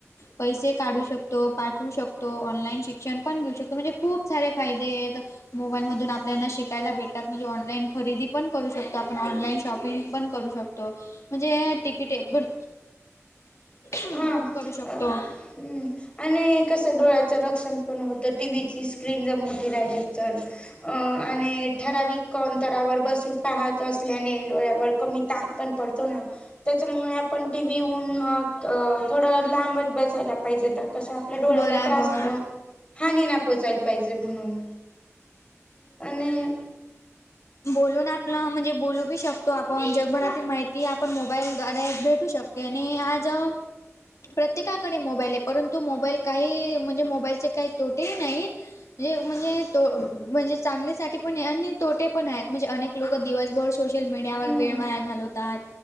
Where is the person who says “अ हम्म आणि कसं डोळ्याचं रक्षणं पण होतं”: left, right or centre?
Left